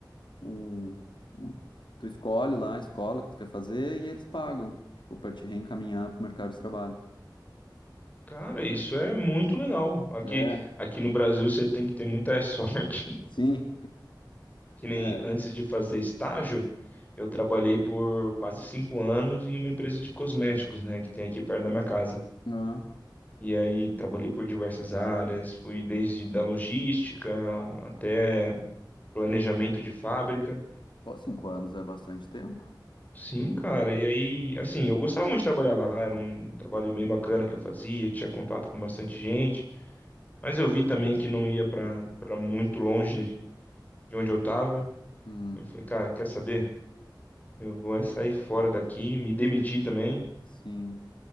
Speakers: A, on the left (about 80°); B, on the left (about 20°).
A: um, um- tu escolhe lá a escola que tu quer fazer e eles pagam, tipo, pra te reencaminhar pro mercado de trabalho.
B: Cara, isso é muito legal. Aqui,
A: É,
B: aqui no Brasil você tem que ter muita <laughs> sorte.
A: sim.
B: Que nem
A: É.
B: antes de fazer estágio, eu trabalhei por quase cinco anos em uma empresa de cosméticos, né, que tem aqui perto da minha casa.
A: Ah,
B: E aí trabalhei por diversas áreas, fui desde da logística até planejamento de fábrica.
A: pô, cinco anos é bastante tempo.
B: Sim, cara. E aí, assim, eu gostava muito de trabalhar lá, era um trabalho bem bacana que eu fazia, tinha contato com bastante gente, mas eu vi também que não ia para para muito longe de onde eu tava.
A: Hum.
B: Eu falei, cara, quer saber? Eu vou é sair fora daqui, me demiti também.
A: Sim.